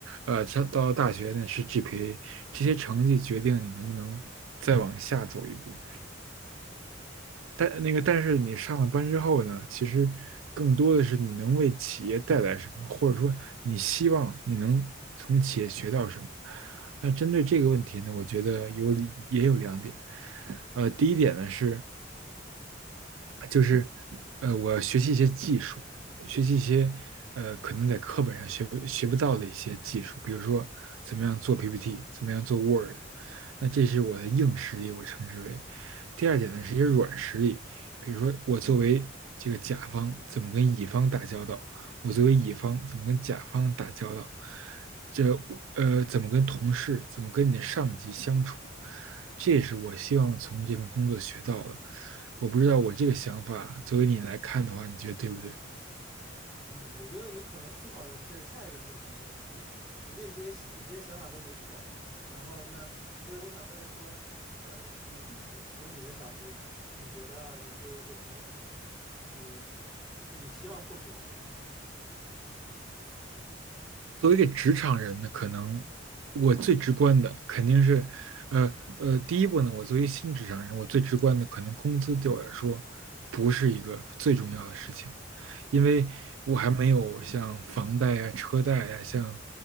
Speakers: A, on the right; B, in the centre.
A: 呃，上到大学呢是 GPA，这些成绩决定你能不能再往下走一步。但那个，但是你上了班之后呢，其实更多的是你能为企业带来什么，或者说你希望你能从企业学到什么。那针对这个问题呢，我觉得有也有两点。呃，第一点呢是，就是呃，我要学习一些技术，学习一些呃，可能在课本上学不学不到的一些技术，比如说怎么样做 PPT，怎么样做 Word，那这是我的硬实力，我称之为。第二点呢，是一些软实力，比如说我作为这个甲方怎么跟乙方打交道，我作为乙方怎么跟甲方打交道，这呃怎么跟同事，怎么跟你的上级相处，这也是我希望从这份工作学到的。我不知道我这个想法，作为你来看的话，你觉得对不对？
B: 嗯，我觉得你可能思考的是下一个阶段的问题。我觉得你这些你这些想法都没错。然后呢，其实我想问的说，呃，你自己从你的角度，你觉得你作为一个职场人，你你希望获取到的是什么？
A: 作为一个职场人呢，可能我最直观的肯定是，呃呃，第一步呢，我作为新职场人，我最直观的可能工资对我来说不是一个最重要的事情，因为我还没有像房贷呀、车贷呀、像